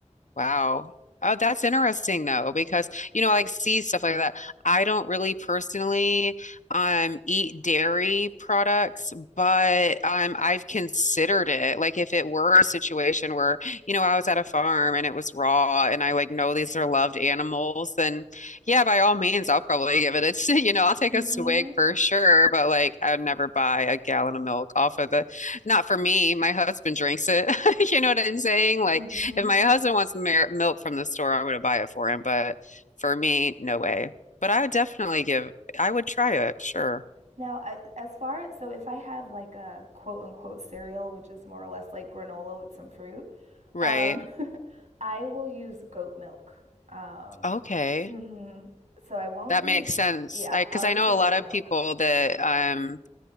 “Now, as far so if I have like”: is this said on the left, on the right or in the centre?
Right